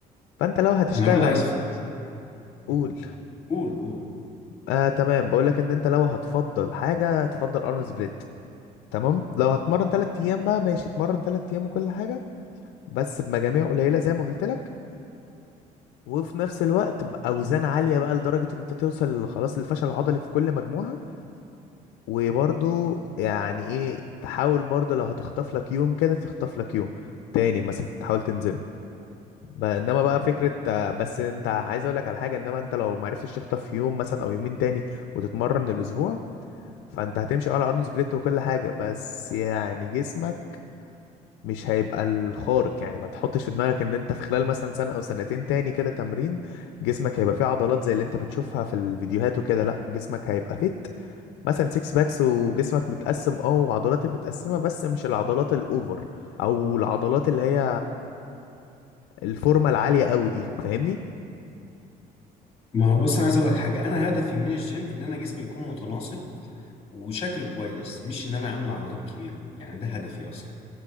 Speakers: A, on the left; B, on the left.
A: فانت لو هتشتغل
B: انا برضه عايز أف...
A: قول
B: مم. قول قول
A: آه تمام بقول لك ان انت لو هتفضل حاجه تفضل ارنولد سبليت تمام لو هتمرن تلات ايام بقى ماشي اتمرن تلات ايام وكل حاجه بس بمجاميع قليله زي ما قلت لك وفي نفس الوقت باوزان عاليه بقى لدرجه ان انت توصل خلاص للفشل العضلي في كل مجموعه وبرضو يعني ايه تحاول برضو لو هتخطف لك يوم كده تخطف لك يوم تاني مثلا تحاول تنزله ب- انما بقى فكره آه، بس انت عايز اقول لك على حاجه انما انت لو ما عرفتش تخطف يوم مثلا او يومين تاني وتتمرن الاسبوع فانت هتمشي آه على ارن سبليت وكل حاجه بس يعني جسمك مش هيبقى الخارق يعني ما تحطش في دماغك ان انت في خلال مثلا سنة او سنتين تاني كده تمرين جسمك هيبقى فيه عضلات زي اللي انت بتشوفها في الفيديوهات وكده لا جسمك هيبقى فيت مثلا سيكس باكس وجسمك متقسم اه وعضلاتك متقسمة بس مش العضلات الاوفر او العضلات اللي هي الفورمة العالية قوي دي فاهمني
B: ما هو بص انا عايز اقول لك حاجه انا هدفي من الجيم ان انا جسمي يكون متناسق وشكل كويس مش ان انا اعمل عضلات كبيره يعني ده هدفي اصلا